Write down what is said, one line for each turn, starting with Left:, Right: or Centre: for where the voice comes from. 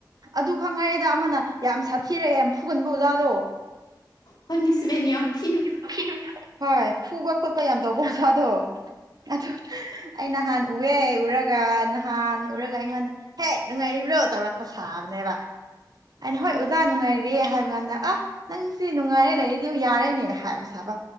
Right: ꯑꯗꯨ ꯈꯪꯉꯔꯦꯗ ꯑꯃꯅ ꯌꯥꯝ ꯁꯥꯊꯤꯔꯛꯑꯦ ꯌꯥꯝ ꯐꯨꯒꯟꯕ ꯑꯣꯖꯥꯗꯣ
Left: ꯄꯅꯤꯁꯃꯦꯟꯠ ꯌꯥꯝ ꯄꯤꯕꯗꯣ
Right: <unintelligible> ꯍꯣꯏ ꯐꯨꯕ ꯈꯣꯠꯄ ꯌꯥꯝ ꯇꯧꯕꯧꯖꯥꯗꯣ ꯑꯗꯨ ꯑꯩ ꯅꯍꯥꯟ ꯎꯑꯦ ꯎꯔꯒ ꯅꯍꯥꯟ ꯎꯔꯒ ꯑꯩꯉꯣꯟꯗ ꯍꯦꯛ ꯅꯨꯡꯉꯥꯏꯔꯤꯕ꯭ꯔꯣ ꯇꯧꯔꯛꯄ ꯁꯥꯕꯅꯦꯕ ꯑꯩꯅ
Left: ꯑꯥ
Right: ꯍꯣꯏ ꯑꯣꯖꯥ ꯅꯨꯡꯉꯥꯏꯔꯦ ꯍꯥꯏꯕ ꯀꯥꯟꯗ ꯑ ꯅꯪꯁꯤ ꯅꯨꯡꯉꯥꯏꯔꯥ ꯂꯩꯔꯤ ꯗꯤꯌꯨ ꯌꯥꯔꯦꯅꯦ ꯍꯥꯏꯕ ꯁꯥꯕ